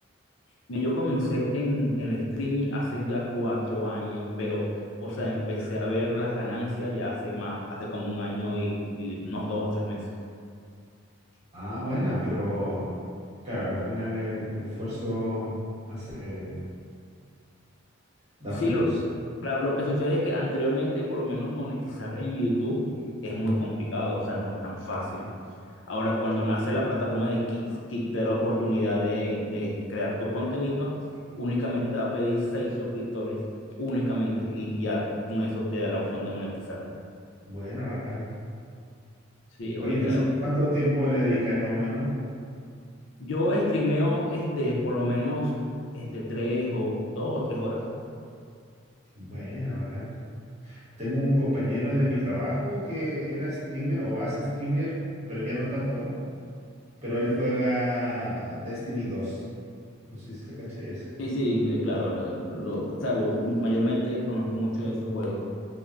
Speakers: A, on the left (about 65°); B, on the right (about 35°).
A: Mira, Yo comencé en el streaming hace ya cuatro años, pero, o sea, empecé a ver las ganancias ya hace más, hace como un año y, y unos dos o tres meses.
B: Ah, buena, pero claro, al final el, el esfuerzo hace, da
A: Sí,
B: frutos.
A: lo, claro, lo que sucede es que anteriormente, por lo menos monetizar en YouTube es muy complicado, o sea, no es tan fácil. Ahora, cuando nace la plataforma de Kick, Kick te da la oportunidad de, de crear tus contenidos, únicamente te va a pedir seis suscriptores, únicamente, y ya con eso te da la opción de monetizar.
B: Buena, bacán.
A: Sí, ahorita
B: Oye, entonces, ¿cuánto tiempo le dedicáis más o menos?
A: yo streameo este, por lo menos este, tres o dos o tres horas.
B: Buena, bacán. Tengo un compañero de mi trabajo que era streamer o hace streamer, pero ya no tanto, pero él juega Destiny dos. No sé si te cachai ese.
A: Sí, sí, claro, lo, lo- o sea, mayormente conozco mucho de esos juegos.